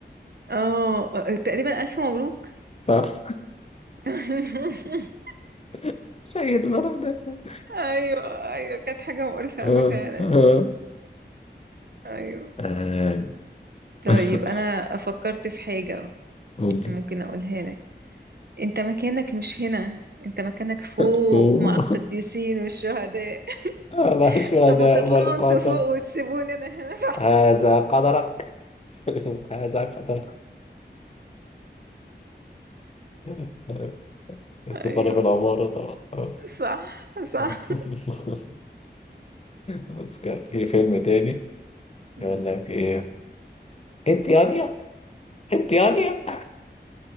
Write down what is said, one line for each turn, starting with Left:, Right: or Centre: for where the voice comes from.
Right: اه آه، تقريبا ألف مبروك
Left: صح
Right: <laughs>
Left: <laughs> سعيد أنا أعرف ده سعيد
Right: ايوه ايوه كانت حاجة مقرفة
Left: آه
Right: قوي فعلا
Left: آه
Right: ايوه
Left: <laughs> آه،
Right: طيب
Left: <laughs>
Right: انا فكرت في حاجة
Left: ممكن
Right: ممكن اقولها لك انت مكانك مش هنا انت مكانك فوق
Left: <laughs> أوه،
Right: مع القديسين والشهداء
Left: الله
Right: <laughs>
Left: الشهداء
Right: طب ما تطلعوا
Left: والقاتل
Right: انتوا فوق وتسيبوني انا هنا <laughs> تحت.
Left: هذا قدرك <laughs> هذا قدرك <laughs> السفارة
Right: ايوه
Left: في العمارة طبعا
Right: صح صح
Left: <laughs> بس كان في فيلم تاني
Right: مم.
Left: يقول لك ايه انت يانيا انت يانيا